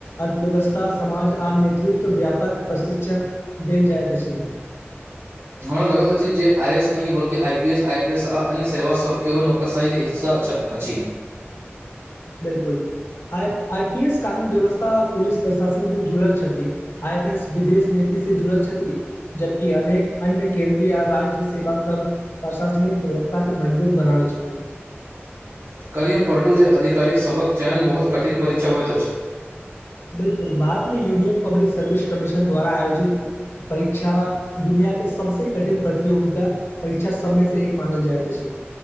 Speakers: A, on the left; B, on the right.
A: अर्थव्यवस्था समाज आर नेतृत्व व्यापक प्रशिक्षण देल जाइत अछि।
B: हमरा लगैत अछि जे आइ एस नहि बल्कि I P S I F S अन्य सेवा सभ सेहो नौकरशाही हिस्सा छथि अछि।
A: बिल्कूल आ आई पी एस कानून व्यवस्था पुलिस प्रशासन से जुड़ल छथि आइ एफ एस विदेश नीति से जुड़ल छथिन जबकि अनेक अन्य केन्द्रीय राज्य सेवा सभ प्रशासनिक व्यवस्था के मजबूत बनाबै छथी।
B: कालहि हम पढ़लहुँ जे आधिकारिक सभ कऽ चयन बहुत कठिन परीक्षा होइत अछि
A: बिल्कूल भारत मे यूनियन पब्लिक सर्विस कमीशन द्वारा आयोजित परीक्षा दुनिया के सभसे कठिन प्रतियोगिता परीक्षा सभमे से एक मानल जाइत अछि